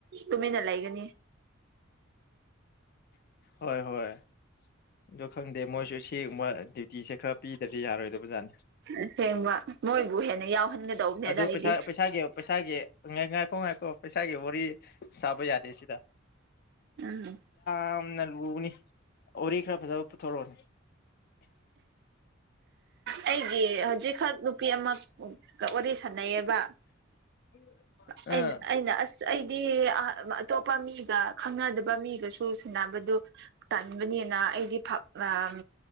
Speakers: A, on the right; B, on the left.
A: ꯇꯨꯃꯤꯟꯅ ꯂꯩꯒꯅꯤ
B: ꯍꯣꯏ ꯍꯣꯏ ꯑꯗꯣ ꯈꯪꯗꯦ ꯃꯣꯏꯁꯨ ꯁꯤꯒꯨꯝꯕ ꯗ꯭ꯌꯨꯇꯤꯁꯦ ꯈ꯭ꯔ ꯄꯤꯗ꯭ꯔꯗꯤ ꯌꯥꯔꯣꯏꯗꯣ ꯑꯣꯖꯥꯅꯤ
A: ꯑꯁꯦꯡꯕ ꯃꯣꯏꯕꯨ ꯍꯦꯟꯅ ꯌꯥꯎꯍꯟꯒꯗꯧꯕꯅꯦꯗ
B: ꯑꯗꯨ
A: ꯑꯩꯗꯤ
B: ꯄꯩꯁꯥ ꯄꯩꯁꯥꯒꯤ ꯄꯩꯁꯥꯒꯤ ꯉꯥꯏ ꯉꯥꯏꯈꯣ ꯉꯥꯏꯈꯣ ꯄꯩꯁꯥꯒꯤ ꯋꯥꯔꯤ ꯁꯥꯕ ꯌꯥꯗꯦ ꯁꯤꯗ
A: ꯎꯝ
B: ꯌꯥꯝꯅ ꯂꯨꯕꯅꯤ ꯋꯥꯔꯤ ꯈꯔ ꯐꯖꯕ ꯄꯨꯊꯣꯔꯛꯑꯣꯅꯦ
A: ꯑꯩꯒꯤ ꯍꯧꯖꯤꯛꯈꯛ ꯅꯨꯄꯤ ꯑꯃꯒ ꯋꯥꯔꯤ ꯁꯥꯟꯅꯩꯌꯦꯕ
B: <unintelligible>
A: ꯑꯩꯅ
B: ꯑꯥ
A: ꯑꯩꯅ ꯑꯁ ꯑꯩꯗꯤ ꯑꯇꯣꯞꯄ ꯃꯤꯒ ꯈꯪꯅꯗꯕ ꯃꯤꯒꯁꯨ ꯁꯥꯟꯅꯕꯗꯨ ꯇꯟꯕꯅꯤꯅ ꯑꯩꯗꯤ ꯑꯝ